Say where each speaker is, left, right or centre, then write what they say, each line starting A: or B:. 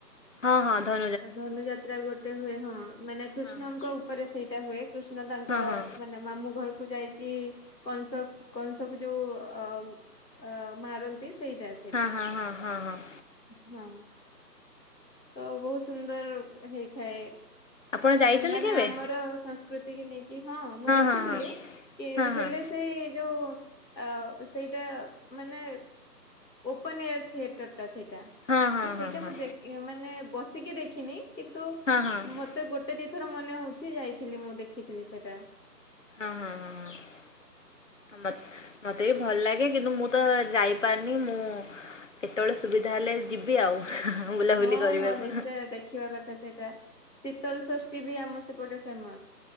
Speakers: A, on the left; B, on the left.
A: ହଁ ହଁ ଧ
B: ଆ ଧନୁଯାତ୍ରା ଗୋଟେ ହୁଏ ହଁ ମାନେ କୃଷ୍ଣଙ୍କ
A: ହଁ ହଁ
B: ଉପରେ ସେଇଟା ହୁଏ କୃଷ୍ଣ ତାଙ୍କ
A: ହଁ ହଁ
B: ମାନେ ମାମୁଁ ଘରକୁ ଯାଇକି କଂସ କଂସ କୁ ଯୋଉ ଅ ଅ ମାରନ୍ତି ସେଇଟା।
A: ହଁ, ହଁ, ହଁ, ହଁ, ହଁ।
B: ହୁଁ। ତ ବହୁତ ସୁନ୍ଦର ହେଇଥାଏ।
A: ଆପଣ ଯାଇଛନ୍ତି
B: ଆନ୍‌ ମାନେ
A: କେବେ?
B: ଆମର ସଂସ୍କୃତି ଏତିକି ନେଇକି ହଁ ମୁଁ ଦେଖିଥିଲି
A: ହଁ ହଁ
B: କି
A: ହଁ
B: ହେଲେ
A: ହଁ।
B: ସେ ଯୋଉ ଆ ସେଇଟା ମାନେ ଓପନ ଏୟାର ଥିଏଟର ଟା ସେଇଟା।
A: ହଁ ହଁ
B: ତ ସେଇଟା
A: ହଁ ହଁ
B: ମୁଁ ଦେଖ ମାନେ ବସିକି ଦେଖିନି କିନ୍ତୁ
A: ହଁ ହଁ ହଁ
B: ମତ୍ ତେ ଗୋଟେ ଦିଥର ମନେ ହଉଛି ଯାଇଥିଲି ମୁଁ ଦେଖିଥିଲି ସେଇଟା।
A: ହଁ ହଁ ହଁ ହଁ ମତ୍ ମତେ ବି ଭଲ ଲାଗେ କିନ୍ତୁ ମୁଁ ତ ଯାଇପାରିନି ମୁଁ କେତବେଳେ ସୁବିଧା ହେଲେ ଯିବି ଆଉ ବୁଲାବୁଲି
B: ହଁ
A: କରିବାକୁ।
B: ହଁ ନିଶ୍ଚୟ ଦେଖ୍ ଖିବା କଥା ସେଇଟା ଶୀତଲଷଷ୍ଠୀ ବି ଆମ ସେପଟେ ଫେମସ୍।